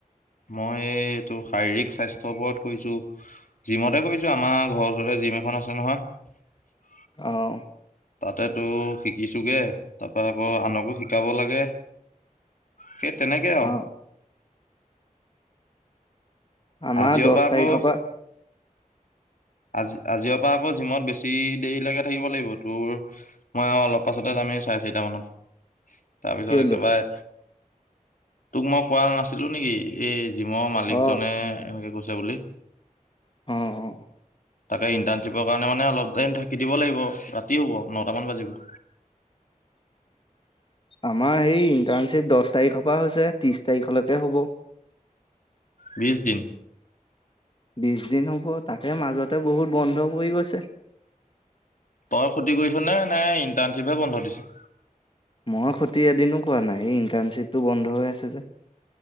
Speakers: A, on the left; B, on the left.
A: মই এইটো শাৰীৰিক স্বাস্থ্যৰ ওপৰত কৰিছো, জিমতে কৰিছো আমাৰ ঘৰৰ ওচৰতে জিম এখন আছে নহয়।
B: অহ।
A: তাতেতো শিকিছোগে তাপা আকৌ আনকো শিকাব লাগে। সেই তেনেকে আও
B: অ আমাৰ
A: আজিৰ
B: দচ
A: পৰা আকৌ
B: তাৰিখৰ পা
A: আজি আজিয় পৰা আকৌ জিমত বেছি দেৰিলৈকে থাকিব লাগিব তোৰ মই আৰু অলপ পাছতে যামেই চাৰে ছয়টা মানত তাৰপিছত
B: কেলে
A: একে বাৰে তোক মই কোৱা নাছিলো নেকি এই জিমৰ মালিক
B: অ
A: জনে এনেকে কৈ ছে বুলি
B: অহ অহ
A: তাতে ইণ্টাৰ্ণশ্বিপৰ কাৰণে মানে অলপ টাইম থাকি দিব লাগিব ৰাতি হ'ব নটা বাজিব
B: আমাৰ সেই ইণ্টাৰ্ণশ্বিপ দহ তাৰিখৰ পা হৈছে ত্ৰিশ তাৰিখলৈকে হ'ব
A: বিশ দিন।
B: বিশ দিন হ'ব তাকে মাজত ততে বহুত বন্ধ পৰি গৈছে।
A: তই ক্ষতি কৰিছ নে, নে ইণ্টাৰ্ণশ্বিপহে বন্ধ দিছে?
B: মই খতি এদিনো কৰা নাই, এই ইণ্টাৰ্ণশ্বিপটো বন্ধ হৈ আছে যে।